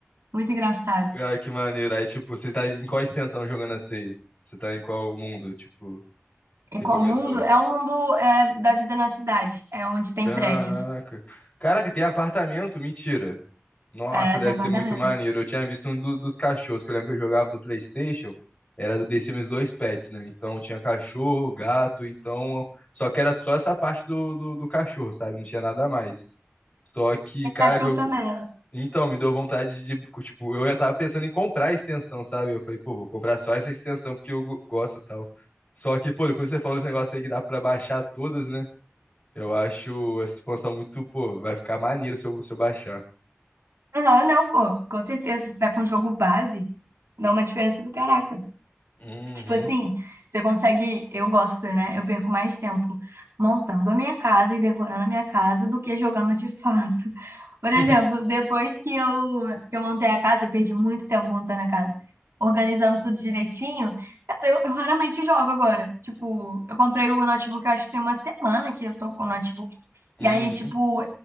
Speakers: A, on the right; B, on the left.
A: Muito engraçado.
B: Cara, que maneiro. Aí, tipo, você tá em qual extensão jogando essa aí? Você tá em qual mundo, tipo, que
A: Em
B: você
A: qual
B: começou?
A: mundo? É o mundo é, da vida na cidade. É onde tem
B: Caraca.
A: prédios.
B: Caraca, tem apartamento? Mentira. Nossa,
A: É,
B: deve
A: tem apartamento.
B: ser muito maneiro. Eu tinha visto um do- dos cachorros, que eu lembro que eu jogava do PlayStation. Era do The Sims 2 Pets, né? Então tinha cachorro, gato, então. Só que era só essa parte do, do, do cachorro, sabe? Não tinha nada mais. Só que,
A: Tem
B: cara,
A: cachorro também.
B: Então, me deu vontade de, tipo, eu já tava pensando em comprar a extensão, sabe? Eu falei, pô, vou comprar só essa extensão porque eu go- gosto e tal. Só que, pô, depois você falou esse negócio aí que dá pra baixar todas, né? Eu acho essa expansão muito, pô, vai ficar maneiro se eu, se eu baixar.
A: Não, não, não, pô. Com certeza, se tá com jogo base, dá uma diferença do caraca.
B: Uhum.
A: Tipo assim, você consegue. Eu gosto, né? Eu perco mais tempo montando a minha casa e decorando a minha casa do que jogando de fato. <laughs> Por
B: <laughs>
A: exemplo, depois que eu, que eu montei a casa, eu perdi muito tempo montando a casa, organizando tudo direitinho. Cara, eu, eu raramente jogo agora. Tipo, eu comprei o notebook, eu acho que tem uma semana que eu tô com o notebook.
B: Uhum.
A: E aí, tipo,